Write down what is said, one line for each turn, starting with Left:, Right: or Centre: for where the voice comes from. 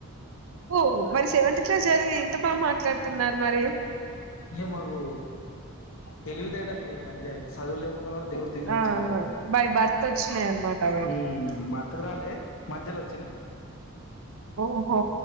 Right: ఓహ్ మరి సెవెంత్ క్లాస్ చదివి ఇంత బాగా మాట్లాడుతున్నారు మరి
Left: ఇ మాకు తెలివితేటాల ఇయాలి అంతే చదువు లేకున్నా కూడా దేవుడు తెలివిచ్చడు
Right: ఆ బై బర్త్ వచ్చినాయి అనమాట అవి
Left: హమ్ భర్తకురాలే మధ్యలో వ చెన్నై
Right: ఓహోహో